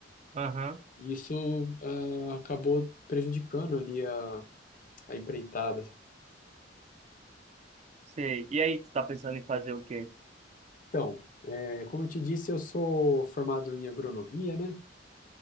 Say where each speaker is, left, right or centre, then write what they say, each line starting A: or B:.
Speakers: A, on the right; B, on the left.
A: aham,
B: E isso ah, acabou prejudicando ali a empreitada.
A: sei. E aí, tu tá pensando em fazer o quê?
B: Então, é, como eu te disse, eu sou formado em agronomia, né?